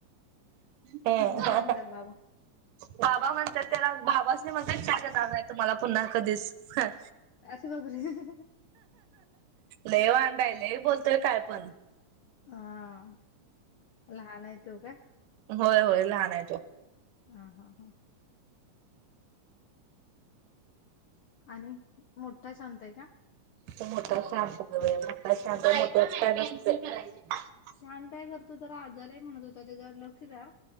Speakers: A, on the right; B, on the left.
A: हं
B: मग
A: हां
B: काय म्हणतात
A: हां.
B: बाबा
A: बाबा म्हणतात, त्याला बाबासनी म्हणतोय चहा देणार नाही. तुम्हाला पुन्हा कधीच हं
B: असं बापरे! हं हं हं.
A: लई वांड हाय. लई बोलतोय काय पण?
B: हां. लहान आहे तो का?
A: होय -होय लहान आहे तो!
B: हां हां हां. आणि मोठा शांत हाय का?
A: तो मोठा शांत हाय. होय मोठा शांत, बायको हाय कॅन्सल करायची. मोठ्याच काय नसतं.
B: शांत हाय खरं, तो जरा आजारी हाय म्हणत होता. त्याच्याकड लक्ष द्या.